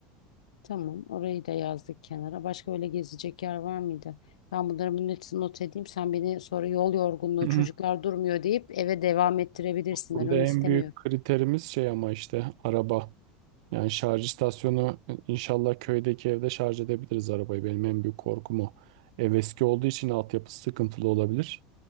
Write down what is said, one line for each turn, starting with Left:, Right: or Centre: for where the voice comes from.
Left: Tamam. Orayı da yazdık kenara. Başka öyle gezecek yer var mıydı? Ben bunları bunun hepsini not edeyim. Sen beni sonra yol yorgunluğu, çocuklar
Right: <clears throat>
Left: durmuyor deyip eve devam ettirebilirsin.
Right: Burada
Left: Ben onu
Right: en
Left: istemiyorum.
Right: büyük kriterimiz şey ama işte araba. Yani şarj istasyonu inşallah köydeki evde şarj edebiliriz arabayı. Benim en büyük korkum o. Ev eski olduğu için altyapısı sıkıntılı olabilir.